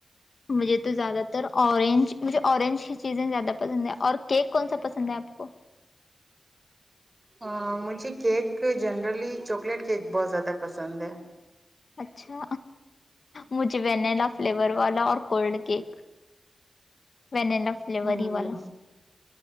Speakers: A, on the left (about 60°); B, on the right (about 25°).
A: مجھے تو زیادہ ر آرنجے آنج ہی چیزیں زیادہ پسند ہیں اور ک کون سا پس پنجاب کو
B: ہاں مجھے کیک جنرلی چاکلیٹ کیک بہت زیادہ پسند ہے
A: اچھا مجھے وینیلا فلیور والا اور کولڈ کیک وینلا فلیور
B: ہ
A: ہی والا